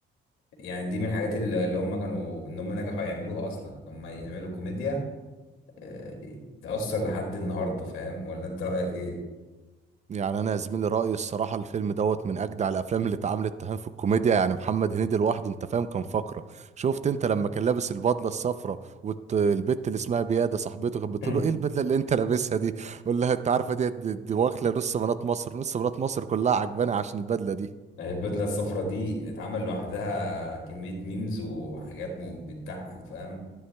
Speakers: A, on the left; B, on the right.
A: يعني دي من الحاجات اللي اللي هم كانوا إن هم نجحوا يعملوها أصلا إن هم يعملوا كوميديا آه، تأثر لحد النهاردة فاهم ولا أنت رأيك إيه؟
B: يعني انا يا زميلي رايي الصراحه الفيلم دوت من اجدع الافلام اللي اتعملت تهان في الكوميديا يعني محمد هنيدي لوحده انت فاهم كان فقره شفت انت لما كان لابس البدله الصفراء والبت اللي اسمها بياده صاحبته كانت بتقول
A: <laughs>
B: له ايه البدله اللي انت لابسها دي قول لها انت عارفه دي دي, دي واكله نص بنات مصر نص بنات مصر كلها عجباني عشان البدله دي
A: البدلة الصفراء دي اتعمل لوحدها كمية ميمز وحاجات مم- بتضحك فاهم